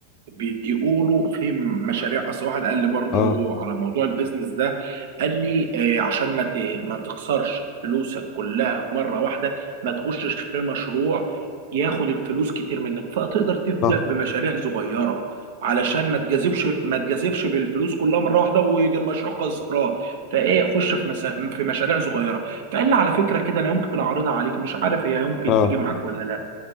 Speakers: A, on the right; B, on the left.
A: بيقولوا في مشاريع اصل واحد قال لي برضو
B: اه
A: على موضوع البيزنس ده قال لي آه، عشان ما ت- ما تخسرش فلوسك كلها مره واحده ما تخشش في مشروع ياخد الفلوس كتير منك فتقدر تبدا
B: صح
A: بمشاريع صغيره علشان ما تجذبش ما تجذبش بالفلوس كلها مره واحده ويجي المشروع خسران فايه خش في مسا... في مشاريع صغيره فقال لي على فكره كده انا يمكن اعرضها عليك مش عارف هي يمكن
B: اه
A: تيجي معاك ولا لا